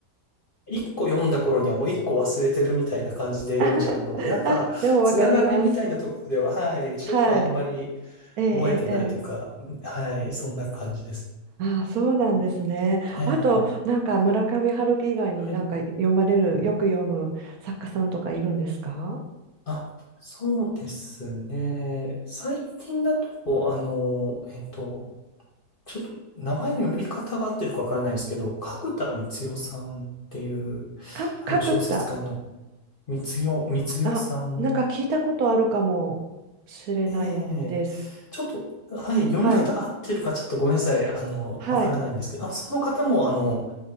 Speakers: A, on the left; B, on the right.
A: 一個読んだ頃にはもう一個忘れてるみたいな感じで読んじゃうので、
B: <laughs>
A: なんか、
B: あ、でもわかります。
A: つながりみたいなところでは、はい、ちょっとあんまり
B: はい。ええ、
A: 覚えてないというか、
B: ええ、ええ。
A: はい、そんな感じです。
B: ああ、そうなんですね。
A: ええ、
B: あと、なんか村上春樹以外になんか読まれる、
A: はい。
B: よく読む作家さんとかいるんですか
A: あ、そうですね。最近だと、あの、えっと、ちょっと名前の読み方が合ってるかわからないんですけど、角田光代さんっていう、
B: か、
A: あの小説家の
B: 角田。
A: みつよ、みつよさん。
B: あ、なんか聞いたことあるかもしれないです。
A: ええちょっと、はい、読み方が合ってるかちょっとごめんなさい。
B: はい。
A: あの、
B: はい。
A: わからないんですけど、あ、その方も、あの、